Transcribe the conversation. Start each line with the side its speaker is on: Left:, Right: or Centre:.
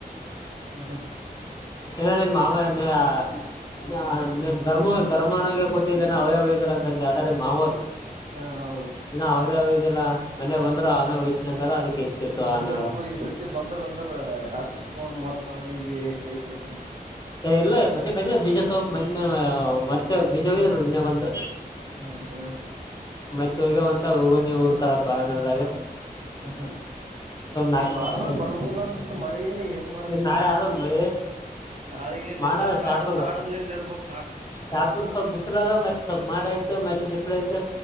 Right: ಹ್ಮ್ ಹಾ
Left: ಎಲ್ಲಾ ನಿಮ್ ಮಾವ <unintelligible> ಧರ್ಮ ಧರ್ಮನಗೆ ಕೊಟ್ಟಿಲ್ಲೇ ನ ಅವ್ರೇ ವಯ್ದಿಲ್ಲ ಅಂತಂದ ಆದ್ರೆ ಮಾವರು.
Right: ಹಾ ಹೌದು
Left: ಇನ್ನ <unintelligible> ಬಂದ್ರು ಆಮೇಲೆ ಒಯ್ತೀನಿ ಅಂದಾರ ಅದಕ್ಕೆ ಎತ್ತಿತ್ತು ಆಮೇಲೆ
Right: ಅದೇ ಪೂ ಈ ಸರ್ತಿ ಬಂದ್ರ ಅಂದ್ರ ಅಚ್ಚಪೂನ್ ಮತ್ತ ಅವ್ರಿಗೆ. ಕೈ ಕೊಟ್
Left: ಇಲ್ಲ ಮನ್ನೆ ಬಂದಿದ್ ಬೀಜ ತೋಗ ಮೊನ್ನೆ ಮತ್ತೆ ಬೀಜ ಹೈೂದ್ರು ನಿನ್ನೆ ಬಂದು,
Right: ಹಾ ಹಾ.
Left: ಹೋಗವಂತ ಹೋಗ ಊರ್ತರರಂದರದಾಗ.
Right: ಹ ಹ.
Left: ನಾಕ್
Right: ಈ ವಾರದಾಗ ಬರ್ಬೋದ ಅನಸ್ತ ಮಳೆ ಹೆಂಗ ಮಾಡತದೇಏನಪ್ಪಾ.
Left: ನಾಳೆ ಆದಂದ್ ಮಳಿ
Right: ನಾಳಗೇನ
Left: ಮಾಡ
Right: ಇಲ್ಲಾ ನಾಡ
Left: ಚಾಪೂರ್
Right: ನಾಡದಲಿಂದ ಇರ್ಬೇಕು.
Left: ಚಾಪೂರ್ ಸ್ವಲ್ಪ್ ಬಿಸ್ಲ ಅದ ಮತ್ತೆ ಸ್ವಲ್ಪ್ ಮಾಡಯ್ತು ಮತ್ತೆ ಬಿಸಲಾಯ್ತು.